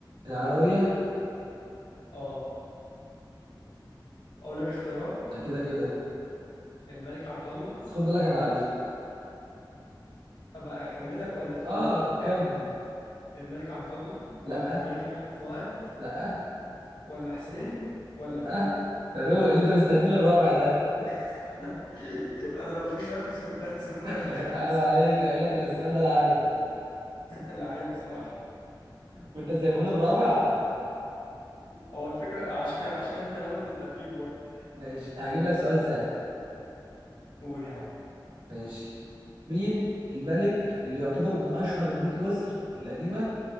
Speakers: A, on the right; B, on the left.
A: العلوية
B: أه أقول لك اختيارات
A: ده كده كده
B: الملك عبد الله
A: بس خد بالك انا عارفها
B: طب اكمل لك ولا تقول
A: اه كمل
B: الملك عبد الله ولا
A: لا
B: الملك احمد فؤاد
A: لا
B: ولا حسين ولا
A: لا
B: فاروق
A: فاروق اللي انت مستنيه للرابع ده
B: <laughs> انا لو في خامس كنت هسيبه
A: <laughs>
B: لك
A: عيب
B: للخامس
A: عليك انا قايل لك إن السؤال ده انا عارفه
B: <laughs> لعيب بصراحه
A: وانت سايبه لي الرابع
B: هو الفكره عشان <laughs> عشان انا قلت انت هتجيبه بقى
A: ماشي هجيب لك سؤال سهل
B: قول يا عم
A: ماشي مين الملك اللي يعتبر من اشهر ملوك مصر القديمه